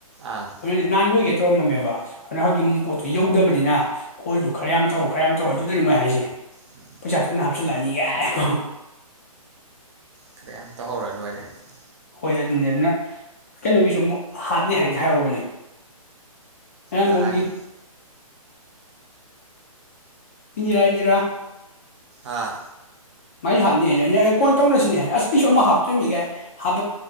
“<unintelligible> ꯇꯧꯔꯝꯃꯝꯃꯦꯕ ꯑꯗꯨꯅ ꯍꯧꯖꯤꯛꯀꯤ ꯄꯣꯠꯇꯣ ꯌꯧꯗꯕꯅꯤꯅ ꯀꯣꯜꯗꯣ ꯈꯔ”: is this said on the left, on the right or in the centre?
Left